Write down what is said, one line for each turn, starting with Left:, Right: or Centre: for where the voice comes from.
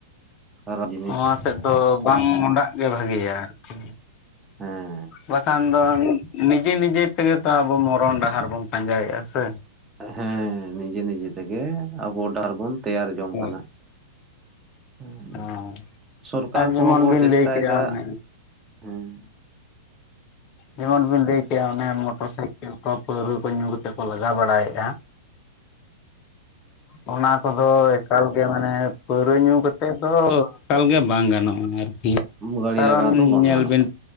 Right: ᱠᱷᱟᱨᱟᱯ ᱡᱤᱱᱤᱥ
Left: ᱱᱚᱣᱟ ᱥᱮᱫ ᱫᱚ ᱵᱟᱝ ᱢᱚᱰᱟᱜ ᱜᱮ ᱵᱷᱟᱜᱮᱭᱟ ᱟᱨᱠᱤ
Right: ᱦᱮᱸ
Left: ᱵᱟᱠᱷᱟᱱ ᱫᱚ ᱱᱤᱡᱮ ᱱᱤᱡᱮ ᱛᱮᱜᱮ ᱛᱚ ᱟᱵᱚ ᱢᱚᱨᱚᱱ ᱰᱟᱦᱟᱨ ᱵᱚᱱ ᱯᱟᱸᱡᱟᱭᱮᱫᱼᱟ ᱥᱮ
Right: ᱦᱮᱸ ᱱᱤᱡᱮ ᱱᱤᱡᱮ ᱛᱮᱜᱮ ᱟᱵᱚ ᱰᱟᱦᱟᱨ ᱵᱚᱱ ᱛᱮᱭᱟᱨ ᱡᱚᱝ
Left: ᱦᱳᱭ
Right: ᱠᱟᱱᱟ ᱦᱩᱸ
Left: ᱦᱮᱸ
Right: ᱥᱚᱨᱠᱟᱨ
Left: ᱟᱨ ᱡᱮᱢᱚᱱ
Right: ᱠᱚᱦᱚᱸ ᱠᱚ
Left: ᱵᱤᱱ
Right: ᱪᱮᱥᱴᱟᱭᱮᱫᱟ
Left: ᱞᱟᱹᱭ ᱠᱮᱜᱼᱟ ᱚᱱᱮ
Right: ᱦᱩᱸ
Left: ᱡᱮᱢᱚᱱ ᱵᱤᱱ ᱞᱟᱹᱭ ᱠᱮᱜᱼᱟ ᱚᱱᱮ ᱢᱚᱴᱚᱨ ᱥᱟᱭᱠᱮᱞ ᱠᱚ ᱯᱟᱹᱣᱨᱟᱹ ᱠᱚ ᱧᱩ ᱠᱟᱛᱮᱫ ᱠᱚ ᱞᱟᱜᱟᱣ ᱵᱟᱲᱟᱭᱮᱫᱼᱟ ᱚᱱᱟ ᱠᱚ ᱫᱚ ᱮᱠᱟᱞ ᱜᱮ ᱢᱟᱱᱮ ᱯᱟᱹᱣᱨᱟᱹ ᱧᱩ ᱠᱟᱛᱮᱫ ᱫᱚ ᱮᱠᱟᱞ ᱜᱮ ᱵᱟᱝ ᱜᱟᱱᱚᱜᱼᱟ ᱟᱨᱠᱤ
Right: ᱜᱟᱹᱲᱤ
Left: ᱠᱟᱨᱚᱱ
Right: ᱞᱟᱜᱟᱣ ᱫᱚ ᱵᱟᱝ
Left: ᱧᱮᱞ
Right: ᱜᱟᱱᱚᱜᱼᱟ
Left: ᱵᱤᱱ